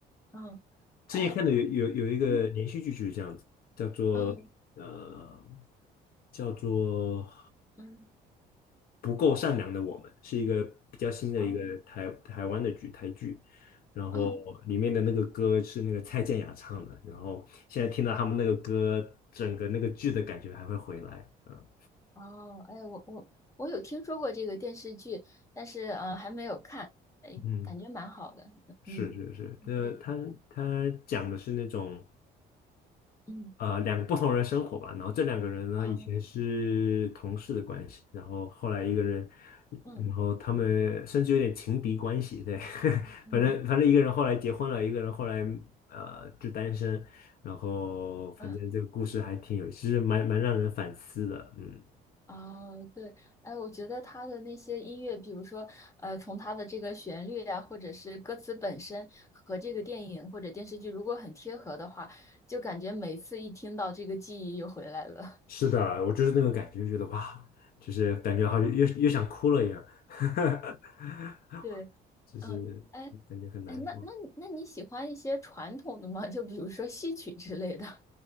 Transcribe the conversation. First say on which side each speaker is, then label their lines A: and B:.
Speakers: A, on the left; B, on the left.
A: 嗯哎，
B: 之前看的有有有一个连续剧就是这样子，
A: 嗯
B: 叫做呃
A: 嗯
B: 叫做。
A: 嗯
B: 不够善良的我们》，是一个比较新的一个台台湾的剧台剧，
A: 哦
B: 然后里面的那个歌是那个蔡健雅唱的，
A: 嗯嗯
B: 然后现在听到他们那个歌，整个那个剧的感觉还会回来，嗯
A: 哦，哎，我我我有听说过这个电视剧，但是呃还没有看，哎，
B: 嗯，
A: 感觉蛮好的。
B: 是是是，
A: 嗯
B: <laughs> 呃，
A: 嗯嗯
B: 他他讲的是那种。
A: 嗯
B: 呃两个不同人生活吧，然后这两个人呢以前是同事的关系，
A: 哦
B: 然后后来一个人，
A: 嗯
B: 然后他们甚至有点情敌关系，对，<laughs>
A: 嗯
B: 反正反正一个人后来结婚了，一个人后来呃就单身，然后反正这个故事还挺有，
A: 嗯。
B: 其实蛮蛮让人反思的，嗯，
A: 哦，对，哎，我觉得他的那些音乐，比如说，呃，从他的这个旋律呀、或者是歌词本身和这个电影或者电视剧如果很贴合的话，就感觉每次一听到这个记忆又回来了。
B: 是的，我就是那个感觉，觉得哇，就是感觉好像又又想哭了一样，<laughs>
A: <laughs> 对，
B: 就是感觉很难过。
A: 嗯，哎，哎，那那那你喜欢一些传统的吗？就比如说戏曲之类的。